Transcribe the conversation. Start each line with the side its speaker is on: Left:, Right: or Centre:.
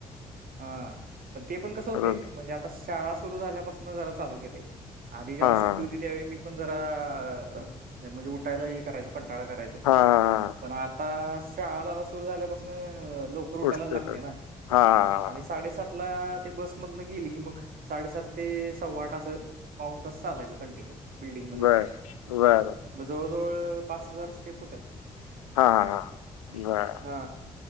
Right: हा. पण ते पण कसं होते
Left: बरोबर
Right: म्हणजे आता शाळा सुरू झाल्यापासून जरा चालू केलय. आधी जेव्हा
Left: हा हा
Right: सुट्टी होती त्यावेळी मी पण जरा अहं. अ म्हणजे उठायला हे करायचं. कंटाळा कराय
Left: हा हा
Right: पण आता शाळा गाव सुरु झाल्यापासून लवकर उठायलाच
Left: उठते
Right: लागते
Left: तर
Right: ना
Left: हा हा
Right: आणि साडेसात त्याला ते बसमधन गेली की मग साडेसात ते सव्वा त असं पाऊन तास चालायचं कंटिन्यू बिल्डिंग मध्येच
Left: बर बर
Right: मग जवळजवळ पाच हजार स्टेप होत्या
Left: हा हा हा बर
Right: हा